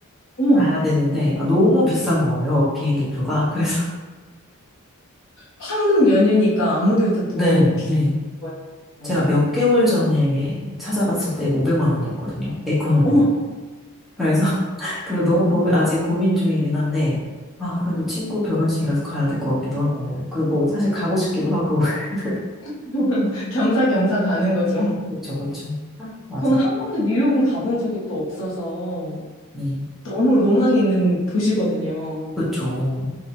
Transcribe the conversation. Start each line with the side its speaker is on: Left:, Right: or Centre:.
Left: 어머
Centre: 가야 되는데 아, 너무 비싼 거예요 비행기 표가 그래서
Left: 황금 연휴니까 아무래도
Centre: <laughs>
Left: 더
Centre: 네
Left: 비쌀
Centre: 네
Left: 거예요.
Centre: 제가 몇 개월 전에 찾아봤을 때 500만 원이었거든요 에코노미가
Left: 어머.
Centre: 그래서 <laughs> 그래서 너무 고민 아직 고민 중이긴 한데 아 근데 친구 결혼식이라서 가야 될 것 같기도 하고 그리고 사실 가고 싶기도 하고 <laughs>
Left: <laughs> 겸사겸사 가는 거죠.
Centre: 그쵸 그쵸 맞아
Left: 저는 한 번도 뉴욕은 가본 적이 또 없어서
Centre: 네
Left: 너무 로망 있는 도시거든요.
Centre: 그쵸